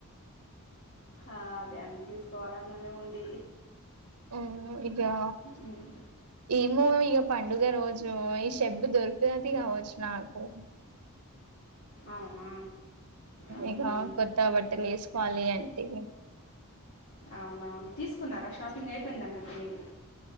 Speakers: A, on the left; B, on the right.
A: ఆ అదే అండి తీసుకోవాల ననే ఉంది
B: ఆ ఇగా
A: మ్మ్.
B: ఏమో పండుగ రోజు ఈ షబ్బు దొరుకుతుది కావచ్చు నాకు
A: అవునా ఆహా.
B: ఇగా కొత్త బట్టలు వేసుకోవాలి అంటే
A: అవునవును తీసుకున్నారా షాపింగ్ అయిపోయింది అన్నట్టు మీది